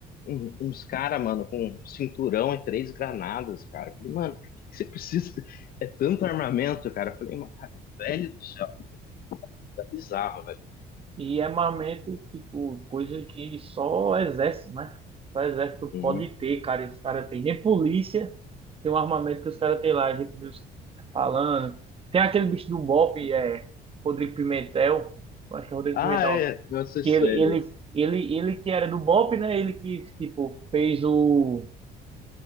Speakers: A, on the left (about 60°); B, on the right (about 35°).
A: um- uns cara, mano, com cinturão e três granadas, cara. Eu falei, mano, por que que você precisa? É tanto armamento, cara. Eu falei, mano, velho do céu, tá bizarro, velho.
B: e é armamento, tipo, coisa que só o exército, né? Só o exército
A: Uhum.
B: pode ter, cara, e os caras têm. Nem polícia tem um armamento que os caras têm lá, a gente viu os falando. Tem aquele bicho do BOPE, é, Rodrigo Pimentel, eu acho que é Rodrigo
A: Ah,
B: Pimentel,
A: é, nossa,
B: que
A: isso
B: ele,
A: ele.
B: ele, ele, ele que era do BOP, né? Ele que, tipo, fez o...